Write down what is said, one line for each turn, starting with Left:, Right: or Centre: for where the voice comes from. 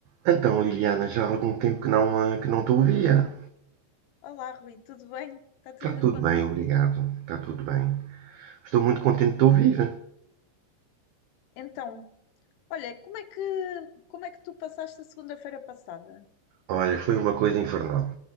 Right: Então, Liliana, já há algum tempo que não, ah, que não te ouvia.
Left: Olá, Rui, tudo bem? Está
Right: Está
Left: tudo bem
Right: tudo
Left: contigo?
Right: bem, obrigado. Está tudo bem. Estou muito contente de te ouvir.
Left: Então, olha, como é que, como é que tu passaste a segunda-feira passada?
Right: Olha, foi uma coisa infernal.